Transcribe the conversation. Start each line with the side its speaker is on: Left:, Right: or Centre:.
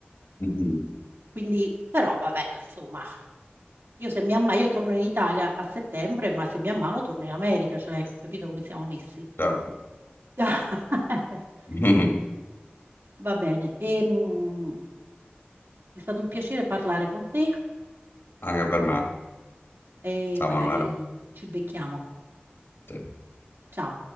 Left: Mhm,
Right: Quindi, però, vabbè, insomma, io se mi ammalo, io torno in Italia a settembre, ma se mi ammalo torno in America, cioè, capito come siamo messi?
Left: certo.
Right: <laughs>
Left: <laughs>
Right: Va bene, e, mm, è stato un piacere parlare con te
Left: Anche per me,
Right: e
Left: ciao
Right: magari
Left: Manuela.
Right: ci becchiamo.
Left: Sì.
Right: Ciao.